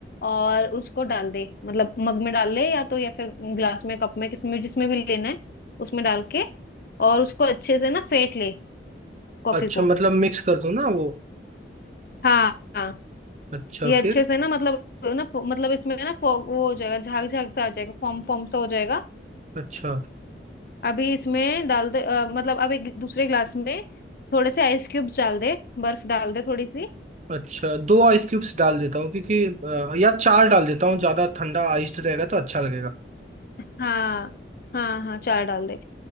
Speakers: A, on the left; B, on the right.
A: और उसको डाल दे मतलब मग में डाल ले या तो या फिर ग्लास में कप में किसमें जिसमें भी लेना है उसमें डाल के और उसको अच्छे से ना फेंट ले कॉफी
B: अच्छा
A: को
B: मतलब मिक्स कर दूं ना वो
A: हाँ हाँ
B: अच्छा
A: ये
B: फिर
A: अच्छे से ना मतलब ना मतलब इसमें ना फो- वो हो जाएगा झाग झाग सा आ जाएगा फॉर्म फॉर्म सा हो जाएगा
B: अच्छा
A: अभी इसमें डाल दे अ, मतलब अब एक दूसरे ग्लास में थोड़े से आइस क्यूब्स डाल दे बर्फ डाल दे थोड़ी सी
B: अच्छा दो आइस क्यूब्स डाल देता हूँ क्योंकि अ, या चार डाल देता हूँ ज्यादा ठंडा आइस रहेगा तो अच्छा लगेगा
A: हाँ हाँ हाँ चार डाल दे